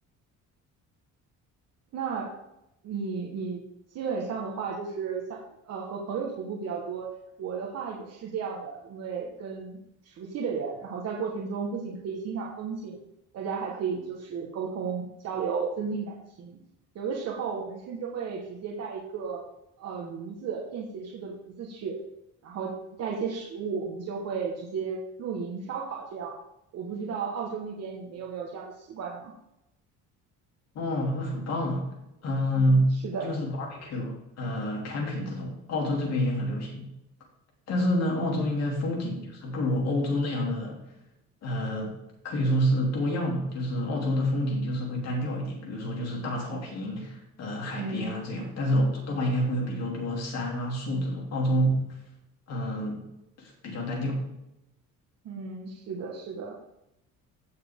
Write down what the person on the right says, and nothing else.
那你你基本上的话就是像呃和朋友徒步比较多，我的话也是这样的，因为跟熟悉的人，然后在过程中不仅可以欣赏风景，大家还可以就是沟通交流，增进感情。有的时候我们甚至会直接带一个呃炉子，便携式的炉子去，然后带一些食物，我们就会直接露营烧烤这样。我不知道澳洲那边你们有没有这样的习惯呢？
嗯，是的，
嗯
嗯。
嗯，是的，是的。